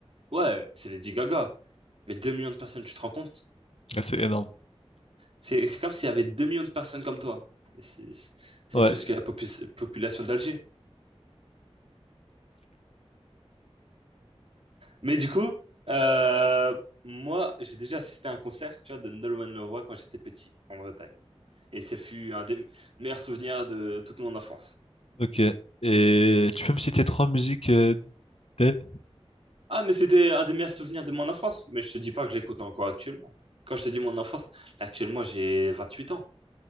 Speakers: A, on the right; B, on the left.
A: Ouais, c'est Lady Gaga. Mais 2 millions de personnes, tu te rends compte?
B: Ah, C'est énorme.
A: C'est c'est comme s'il y avait 2 millions de personnes comme toi. Mais C'est c'est
B: Ouais,
A: plus que la popus- population d'Alger. Mais du coup, euh, moi, j'ai déjà assisté à un concert, tu vois, de Nolwenn Leroy quand j'étais petit, en Bretagne. Et ce fut un des meilleurs souvenirs de toute mon enfance.
B: Ok. Et tu peux me citer trois musiques euh, d'elle?
A: Ah, mais c'était un des meilleurs souvenirs de mon enfance. Mais je te dis pas que je l'écoute encore actuellement. Quand je te dis mon enfance, là, actuellement, j'ai 28 ans.